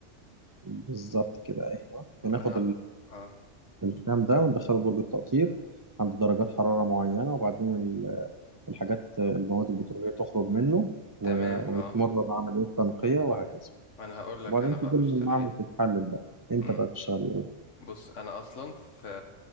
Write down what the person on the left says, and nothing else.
انا اه
تمام
اه
انا هقول لك
انا بقى
بشتغل
ايه
بص انا اصلا في